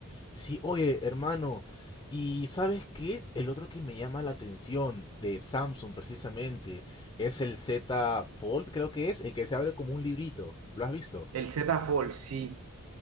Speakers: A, on the left; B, on the right.
A: Sí, oye, hermano, y ¿sabes qué? El otro que me llama la atención de Samsung precisamente es el Z Fold, creo que es, el que se abre como un librito. ¿Lo has visto?
B: El Z Fold, sí,